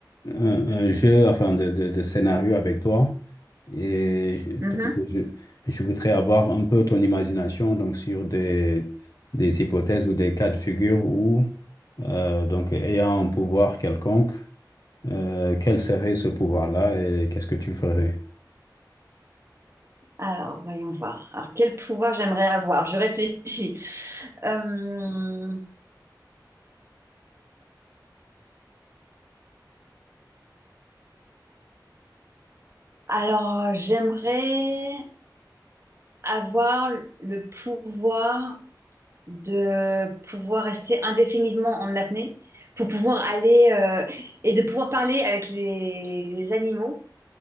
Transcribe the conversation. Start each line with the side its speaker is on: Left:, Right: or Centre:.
Left: un, un jeu, enfin, de, de, de scénario avec toi. Et je-
Right: Mhm.
Left: donc, je, je voudrais avoir un peu ton imagination donc, sur des, des hypothèses ou des cas de figure où, euh, donc, ayant un pouvoir quelconque, euh, quel serait ce pouvoir-là et qu'est-ce que tu ferais?
Right: Alors, voyons voir. Alors, quel pouvoir j'aimerais avoir? Je réfléchis. Euh, alors, j'aimerais avoir le pouvoir de pouvoir rester indéfiniment en apnée, pour pouvoir aller euh, et de pouvoir parler avec les, les animaux